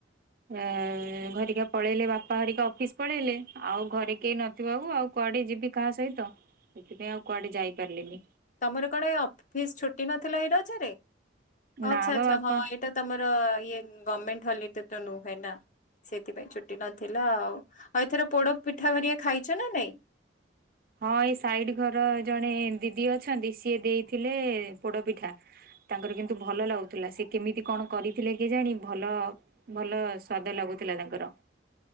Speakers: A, on the right; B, on the left.
A: <unintelligible> ପଳେଇଲେ ବାପା ହେରିକା ଅଫିସ୍ ପଳେଇଲେ ଆଉ ଘରେ କେହି ନଥିବାକୁ ଆଉ। କୁଆଡ଼େ ଯିବି କାହା ସହିତ ସେଥିପାଇଁ ଆଉ କୁଆଡ଼େ ଯାଇ ପାରିଲିନି।
B: ତମର କଣ ଏଇ ଅଫିସ୍ ଛୁଟି ନଥିଲା ଏଇ ରଜରେ ଆଚ୍ଛା
A: ନା ବା
B: ଆଚ୍ଛା
A: ବାପା
B: ହଁ ଏଇଟା ତମର ହଁ ଇଏ ଗମେଣ୍ଟ୍ ହଲିଡେ ତ ନୁହେଁ ନା। ସେଥିପାଇଁ ଛୁଟି ନଥିଲା ଆଉ ଆଉ ଏଥର ପୋଡ଼ ପିଠା <unintelligible> ଖାଇଛ ନା ନାଇଁ?
A: ହଁ ଏ ସାଇଡି ଘର ଜଣେ ଦିଦି ଅଛନ୍ତି ସିଏ ଦେଇଥିଲେ ପୋଡ଼ ପିଠା। ତାଙ୍କର କିନ୍ତୁ ଭଲ ଲାଗୁଥିଲା ସେ କେମିତି କଣ କରିଥିଲେ କେଜାଣି ଭଲ ଭଲ ସ୍ଵାଦ ଲାଗୁ ଥିଲା ତାଙ୍କର।